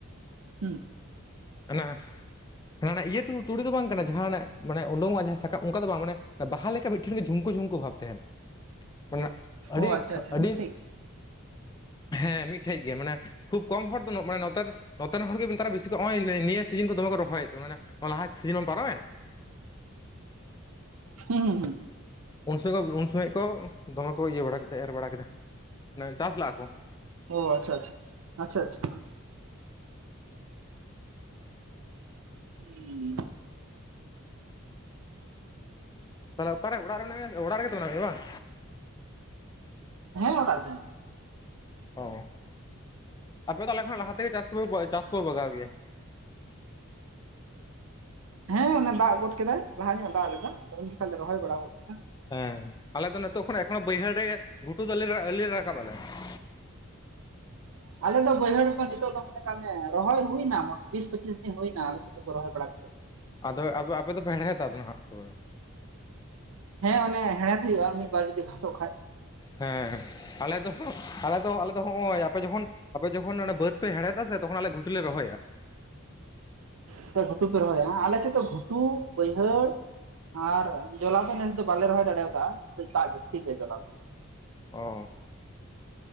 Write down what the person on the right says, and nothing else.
ᱦᱩᱸ᱾
ᱚ ᱟᱪᱪᱷᱟ ᱟᱪᱪᱷᱟ
ᱢᱤᱫᱴᱷᱮᱡ ᱜᱮ
ᱦᱩᱸ ᱦᱩᱸ ᱦᱩᱸ ᱾
ᱚ ᱟᱪᱪᱷᱟ ᱟᱪᱪᱷᱟ, ᱟᱪᱪᱷᱟ ᱟᱪᱪᱷᱟ ᱾ ᱦᱩᱸ <inaudible>
ᱦᱮᱹ ᱚᱲᱟᱜ ᱨᱮᱜᱮ ᱢᱤᱱᱟᱹᱧᱟ ᱾
ᱦᱮᱸ ᱚᱱᱟ ᱫᱟᱜ ᱜᱚᱫ ᱠᱮᱫᱟᱭ ᱞᱟᱦᱟ ᱧᱚᱜ ᱫᱟᱜ ᱞᱮᱫᱟ ᱟᱫᱚ ᱩᱱ ᱡᱚᱠᱷᱟᱱ ᱞᱮ ᱨᱚᱦᱚᱭ ᱵᱟᱲᱟ ᱜᱚᱫ ᱠᱮᱫᱟ ᱾
ᱟᱞᱮ ᱫᱚ ᱵᱟᱹᱭᱦᱟᱹᱲ ᱠᱚ ᱱᱤᱛᱚᱜ ᱫᱚ ᱢᱚᱱᱮ ᱠᱟᱜ ᱢᱮ ᱨᱚᱦᱚᱭ ᱦᱩᱭᱱᱟ ᱢᱚᱴ ᱵᱤᱥ ᱯᱚᱸᱪᱤᱥ ᱫᱤᱱ ᱦᱩᱭ ᱮᱱᱟ ᱟᱞ ᱥᱮᱫ ᱫᱚ ᱠᱚ ᱨᱚᱦᱚᱭ ᱵᱟᱲᱟ ᱠᱟ ᱠᱟᱛᱮᱫ ᱾
ᱦᱮᱸ ᱚᱱᱮ ᱦᱮᱲᱦᱮᱫ ᱦᱩᱭᱩᱜᱼᱟ ᱢᱤᱫ ᱵᱟᱨ ᱡᱩᱫᱤ ᱜᱷᱟᱥᱚᱜ ᱠᱷᱟᱡ ᱾
ᱟᱯᱮ ᱜᱷᱩᱴᱩ ᱯᱮ ᱨᱚᱦᱚᱭᱟ ᱦᱟᱸᱜ, ᱟᱞᱮ ᱥᱮᱫ ᱫᱚ ᱜᱷᱩᱴᱩ, ᱵᱟᱹᱭᱦᱟᱹᱲ ᱟᱨ ᱡᱚᱞᱟ ᱫᱚ ᱱᱮᱥ ᱫᱚ ᱵᱟᱞᱮ ᱨᱚᱦᱚᱭ ᱫᱟᱲᱮᱭᱟ ᱠᱟᱜ-ᱟ ᱱᱮᱥ ᱫᱚ ᱫᱟᱜ ᱡᱟᱹᱥᱛᱤ ᱜᱮᱭᱟ ᱡᱚᱞᱟ ᱫᱚ ᱾